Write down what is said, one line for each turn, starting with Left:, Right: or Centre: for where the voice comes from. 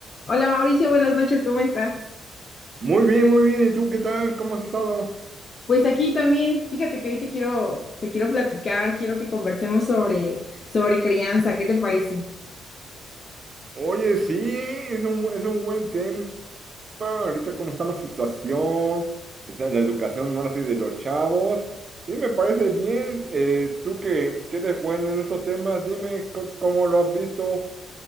Left: Hola Mauricio, buenas noches, ¿cómo estás?
Right: Muy bien, muy bien. ¿Y tú qué tal? ¿Cómo has estado?
Left: Pues aquí también, fíjate que hoy te quiero, te quiero platicar, quiero que conversemos sobre, sobre crianza, ¿qué te parece?
Right: Oye, sí, es un, es un buen tema. Ahorita cómo está la situación, está la educación ahora sí de los chavos. Sí, me parece bien. Eh, tú que, que eres bueno en estos temas, dime co- cómo lo has visto.